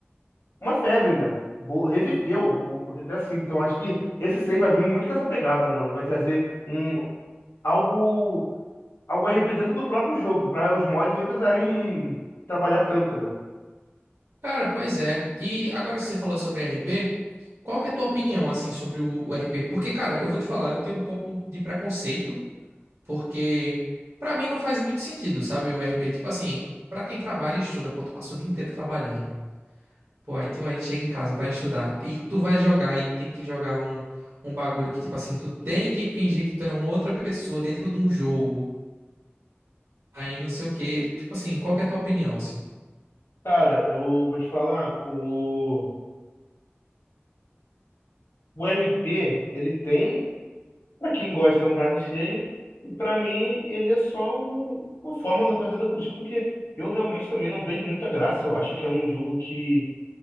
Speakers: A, on the left (about 75°); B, on the right (about 75°).
A: uma febre, né? Vo- Reviveu o, o GTA V. Então acho que esse 6 vai vir muito com essa pegada, mano. Vai trazer um algo, algo RP dentro do próprio jogo, para os mods nem precisarem <laughs> trabalhar tanto, né?
B: Cara, pois é. E agora que você falou sobre RP, qual que é a tua opinião, assim, sobre o, o RP? Porque, cara, eu vou te falar, eu tenho um pouco de preconceito, porque pra mim não faz muito sentido, sabe? O RP, tipo assim, pra quem trabalha e estuda, pô, tu passa o dia inteiro trabalhando. Pô, aí tu ainda chega em casa, vai estudar e tu vai jogar e tem que jogar um, um bagulho que, tipo assim, tu tem que fingir que tu é uma outra pessoa dentro de um jogo, aí não sei o quê. Tipo assim, qual que é a tua opinião, assim?
A: Cara, eu vou te falar, o, o RP, ele tem, pra quem gosta, é um prato cheio, e pra mim ele é só um- uma forma da rapaziada curtir, porque eu realmente também não vejo muita graça, eu acho que é um jogo que,